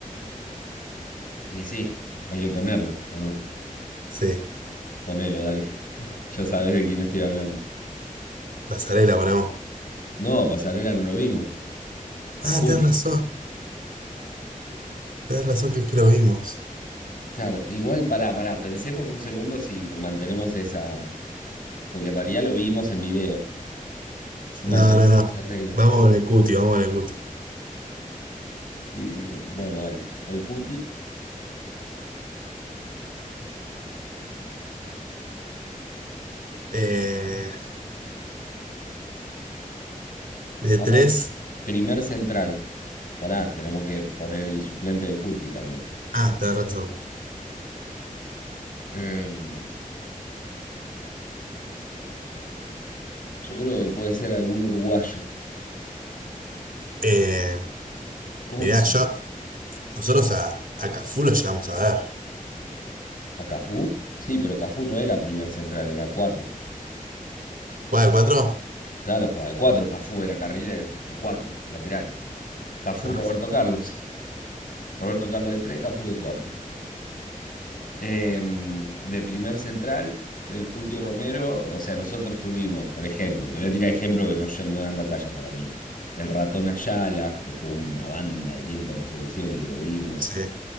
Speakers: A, on the left; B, on the right.
A: y sí, hay que ponerlo, ¿o no?
B: Sí.
A: Ponelo, dale. <laughs> Ya sabes de quién estoy hablando.
B: Pasarela ponemos.
A: No, Pasarela no lo vimos.
B: Ah,
A: Al Cuti.
B: tenés razón. Tenés razón que es que lo vimos.
A: Claro, igual pará, pará, pensemos un segundo si mantenemos esa. Porque en realidad lo vimos en videos. Si
B: No,
A: mantenemos
B: no, no.
A: esas reglas.
B: Vamos con el cuti, vamos con el cuti.
A: Y, y, bueno, dale. El Cuti.
B: Eh, De
A: Estamos
B: tres.
A: primer central. Pará, tenemos que poner el suplente del Cuti también.
B: Ah, tenés razón.
A: Em, Yo creo que puede ser algún uruguayo.
B: Eh,
A: ¿Cómo
B: mirá,
A: se llama?
B: yo, nosotros a, a Cafú lo llegamos a ver.
A: ¿A Cafú? Sí, pero Cafú no era primer central, era cuatro.
B: ¿Cuál de cuatro?
A: Claro, jugaba de cuatro, Cafú era carrilero, de cuatro, lateral. Cafú,
B: Tenés
A: Roberto
B: razón.
A: Carlos. Roberto Carlos de tres, Cafú de cuatro. Em, de primer central, el Cuti Romero, o sea, nosotros tuvimos, por ejemplo, te voy a tirar ejemplos que no, no dan la talla para mí. El ratón Ayala, que jugó una banda de tiempo en la selección y que lo vimos.
B: Sí.